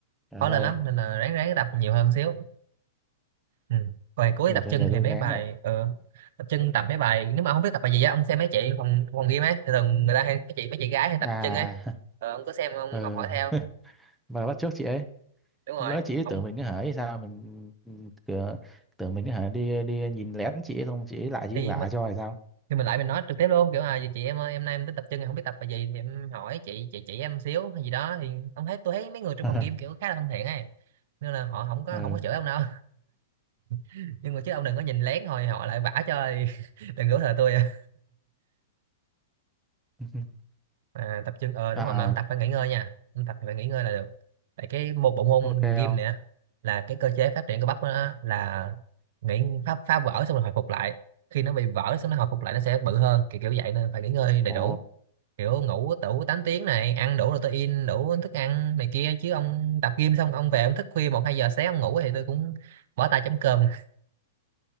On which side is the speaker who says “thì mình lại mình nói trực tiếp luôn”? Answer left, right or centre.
Right